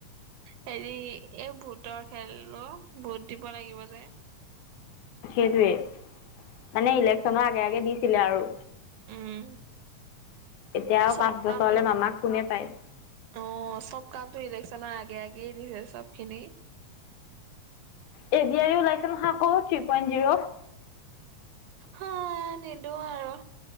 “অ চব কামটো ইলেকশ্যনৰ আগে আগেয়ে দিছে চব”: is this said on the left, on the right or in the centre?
Right